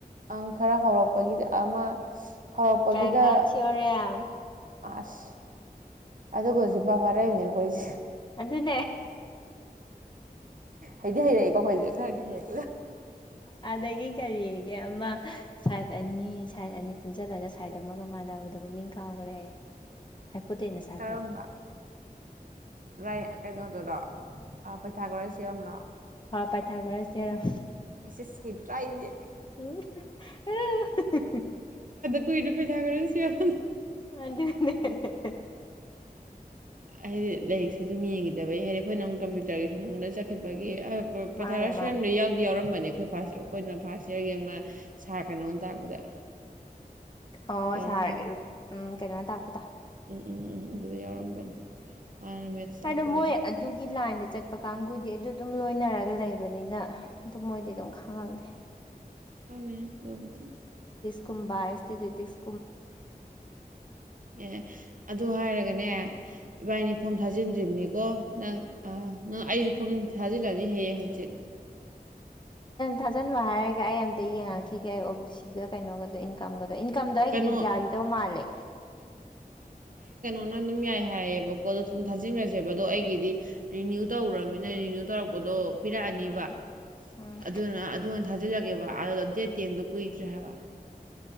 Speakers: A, on the right (about 60°); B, on the left (about 30°).
A: ꯑꯪ ꯈꯔ ꯍꯧꯔꯛꯄꯒꯤ ꯑꯃ ꯍꯧꯔꯛꯄꯒꯤꯗ
B: ꯇ꯭ꯔꯥꯏꯡꯒꯜ ꯊꯤꯑꯣꯔꯦꯝ
A: ꯑꯁ ꯑꯗꯨꯒ ꯍꯧꯖꯤꯛꯄꯥ ꯐꯥꯔꯛꯏꯅꯦ ꯑꯩꯈꯣꯏꯁꯦ
B: ꯑꯗꯨ ꯑꯗꯨꯅꯦ
A: ꯍꯩꯗꯤ ꯍꯩꯔꯛꯏꯀꯣ ꯑꯩꯈꯣꯏꯁꯦ ꯈꯔ ꯈ ꯍꯦꯛ
B: ꯑꯗꯨꯗꯒꯤ ꯀꯔꯤꯒꯤ ꯑꯃ ꯁꯥꯏꯠ ꯑꯅꯤ ꯁꯥꯏꯠ ꯑꯅꯤ ꯄꯨꯟꯁꯤꯜꯂꯒ ꯁꯥꯏꯠ ꯑꯃꯒ ꯃꯥꯟꯅꯕꯗꯣ ꯃꯃꯤꯡ ꯀꯥꯎ ꯍꯣꯔꯦ ꯍꯥꯏꯐꯨꯠꯇꯩꯅ ꯁꯥꯕ꯭ꯔꯣꯑꯣ
A: ꯀꯔꯝꯕ ꯔꯥꯏ ꯀꯩꯅꯣꯗꯨꯗꯣ ꯄꯩꯊꯥ ꯈꯔ ꯆꯔꯝꯕ꯭ꯔꯣ
B: ꯍꯥꯎ ꯄꯥꯏꯊꯥꯒꯔꯁꯤꯦꯔꯣ
A: ꯆꯁ ꯍꯕ꯭ꯔꯥꯦ
B: ꯎꯝ ꯑ <inaudible>
A: ꯁꯨꯏꯗ ꯄꯩꯊꯥꯒ ꯁꯤ ꯌꯥꯝ
B: ꯑ <unintelligible> <inaudible>
A: ꯍꯥꯏꯗꯤ ꯂꯥꯏꯔꯤꯛꯁꯦ ꯑꯗꯨꯝ ꯌꯦꯡꯈꯤꯗꯕꯩ ꯍꯥꯏꯗꯤ ꯑꯩꯈꯣꯏꯅ ꯑꯃꯨꯛ ꯀꯝꯄ꯭ꯌꯨꯇꯔꯒꯤ ꯊꯝꯗ ꯆꯠꯈꯤꯕꯒꯤ ꯄꯩꯊꯥꯔꯁꯨ
B: ꯃꯥꯅꯦ ꯃꯥꯅꯦ
A: ꯌꯥꯝ ꯂꯩ ꯌꯥꯎꯗꯦ ꯌꯥꯧꯔꯝꯕꯅꯦ ꯑꯩꯈꯣꯏ ꯐꯥꯁ ꯑꯩꯈꯣꯏꯅ ꯐꯥꯁ ꯏꯌꯥꯔꯒꯤ ꯑꯃ ꯁꯥꯔ ꯀꯩꯅꯣꯅ ꯇꯥꯛꯄꯗ
B: ꯑꯣ
A: ꯌꯥꯎꯔꯝ
B: ꯁꯥꯔꯒꯦ ꯎꯝ ꯀꯩꯅꯣꯅ ꯇꯥꯛꯄꯗꯣ
A: ꯎꯝ ꯎꯝ ꯎꯝ ꯑꯗꯨꯗ ꯌꯥꯎꯔꯝꯕꯅꯦ ꯃꯥꯅ ꯃꯦꯠꯁ
B: ꯍꯥꯏꯗꯣ
A: ꯇꯥꯛꯄꯒꯤꯗꯨꯗ
B: ꯃꯣꯏ ꯑꯗꯨꯒꯤ ꯂꯥꯏꯟꯗ ꯆꯠꯄ ꯀꯥꯡꯕꯨꯗꯤ ꯑꯗꯨ ꯑꯗꯨꯝ ꯂꯣꯏꯅꯔꯒ ꯂꯩꯕꯅꯤꯅ ꯑꯗꯨꯝ ꯃꯣꯏꯗꯤ ꯑꯗꯨꯝ ꯈꯥꯡꯉꯝꯗꯦ
A: ꯀꯅ ꯑꯗꯨꯕꯗꯤ
B: ꯀꯨꯝꯕꯥ ꯏꯁꯇꯤꯊꯦꯇꯤꯛꯁ
A: ꯑꯦ ꯑꯗꯨ ꯍꯥꯏꯔꯒꯅꯦ ꯏꯕꯥꯅꯤ ꯐꯣꯝ ꯊꯥꯖꯤꯟꯗ꯭ꯔꯤꯕꯅꯤꯀꯣ ꯅꯪ ꯅꯪ ꯑꯩꯗꯤ ꯐꯐꯝꯗ ꯊꯥꯖꯤꯜꯂꯅꯤ ꯍꯌꯦꯡ ꯍꯪꯆꯤꯠ
B: ꯊꯥꯖꯟꯕ ꯍꯥꯏꯔꯒ ꯑꯩ ꯑꯝꯇ ꯌꯦꯡꯉꯛꯈꯤꯒꯦ ꯑꯩ ꯑꯣ ꯕꯤ ꯁꯤꯒ ꯀꯩꯅꯣꯒꯗ ꯏꯟꯀꯝꯒ ꯑꯗꯣ ꯏꯟꯀꯝꯗꯣ ꯑꯩꯒꯤꯗꯣ
A: ꯀꯩꯅꯣ
B: ꯌꯥꯈꯤꯗꯧ ꯃꯥꯜꯂꯦ
A: ꯑꯗꯨꯅ ꯑꯗꯨꯝ ꯌꯥꯏ ꯍꯥꯏꯌꯦꯕꯀꯣ ꯑꯗꯣ ꯑꯗꯨꯝ ꯊꯥꯖꯤꯟꯈ꯭ꯔꯁꯦꯕ ꯑꯗꯣ ꯑꯩꯒꯤꯗꯤ ꯔꯤꯅ꯭ꯌꯨ ꯇꯧꯔꯃꯤꯅ ꯔꯤꯅ꯭ꯌꯨ ꯇꯧꯔꯛꯄꯗꯣ ꯄꯤꯔꯛꯑꯅꯤꯕ
B: ꯎꯝ ꯎꯝ
A: ꯑꯗꯨꯅ ꯑꯗꯨ ꯑꯣꯏꯅ ꯊꯥꯖꯤꯜꯂꯛꯒꯦꯕ ꯑ ꯗꯦꯠ ꯇꯦꯟꯗꯣ ꯀꯨꯏꯗ꯭ꯔꯦ ꯍꯥꯏꯕ